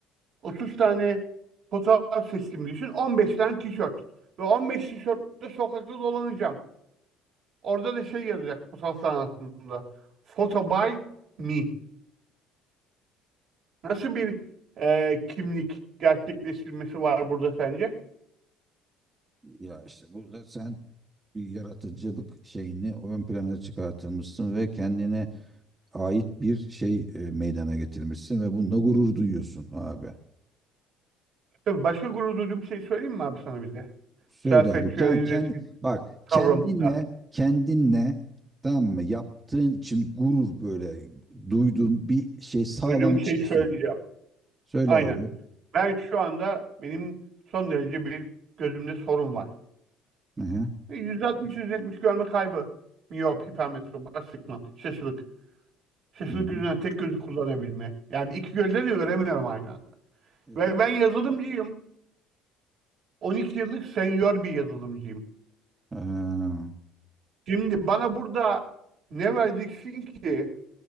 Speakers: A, on the right (about 60°); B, on the right (about 25°).
A: 30 tane fotoğraf seçtiğimi düşün. 15 tane tişört. Ve 15 tişörtle sokakta dolanacağım. Orada da şey yazacak fotoğrafların altında. Photo by me. Nasıl bir e, kimlik gerçekleştirmesi var burada sence?
B: Ya işte burada sen bir yaratıcılık şeyini ön plana çıkartılmışsın ve kendine ait bir şey e, meydana getirmişsin ve bununla gurur duyuyorsun abi.
A: Tabii başka gurur duyduğum şey söyleyeyim mi abi sana bir de?
B: Söyle
A: Self-actualization
B: abi. Yani kendi, bak
A: kavramında.
B: kendinle kendinle tamam mı? Yaptığın için gurur böyle duyduğun bir şey sağlam
A: Duyduğum
B: bir
A: şeyi
B: şey söyle.
A: söyleyeceğim.
B: Söyle
A: Aynen.
B: abi.
A: Ben şu anda benim son derece bir gözümde sorun var.
B: Hı hı.
A: Ve 160-170 görme kaybı. Miyop, hipermetrop, astigmat, şaşılık. Şaşılık
B: Hı hı.
A: yüzünden tek gözü kullanabilme. Yani iki gözle de göremiyorum aynı anda.
B: Evet.
A: Ve ben yazılımcıyım. 12 yıllık senior bir yazılımcıyım.
B: Ee,
A: Şimdi bana burada ne vereceksin ki